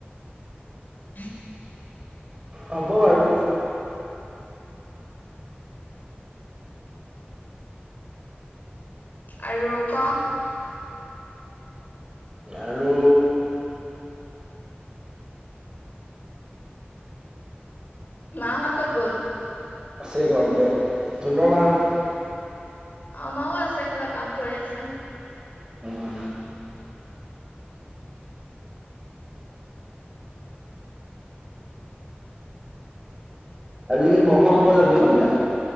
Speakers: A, on the left; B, on the right.
A: <inaudible>
B: হ'ব বাৰু।
A: আৰু ক
B: আৰু
A: মাহঁত ক'ত গ'ল?
B: আছে ঘৰতে, জুনৰ মাহত
A: আমাও আছে কিবা কাম কৰি আছে।
B: উম। আজি কি ম'ম খাব যাবি সন্ধিয়া?